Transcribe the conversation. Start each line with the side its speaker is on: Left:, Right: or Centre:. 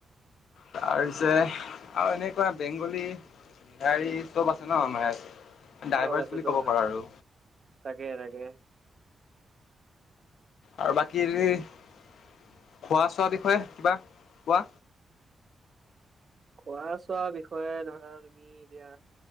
Left: তাৰপিছে আৰু এনেকুৱা বেংগলী, বিহাৰী চব আছে ন আ মমাৰ ইয়াত।
Right: চব
Left: ডাইভাৰ্চ
Right: আছে,
Left: বুলি
Right: চব
Left: ক'ব পাৰো আৰু
Right: তাকে, তাকে।
Left: আৰু বাকী খোৱা চোৱা বিষয়ে কিবা কোৱা।
Right: খোৱা চোৱা বিষয়ে ধৰা তুমি এতিয়া